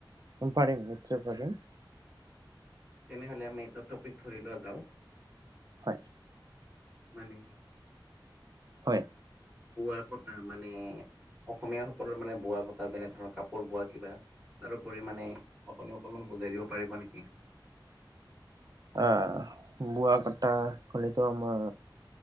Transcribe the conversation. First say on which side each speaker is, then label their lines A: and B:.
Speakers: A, on the right (about 50°); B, in the centre.
A: পাৰিম নিশ্চয় পাৰিম।
B: তেনেহলে আমি এটা টপিক ধৰি লোৱা যাও।
A: হয়।
B: মানে
A: হয়।
B: বোৱা কটা মানে অসমীয়া সকলৰ মানে বোৱা কটা যেনে ধৰণৰ কাপোৰ বোৱা কিবা তাৰো পৰিমানে আপুনি অকনমান বুজাই দিব পাৰিব নেকি?
A: অঁ বোৱা কটা কলেতো আমাৰ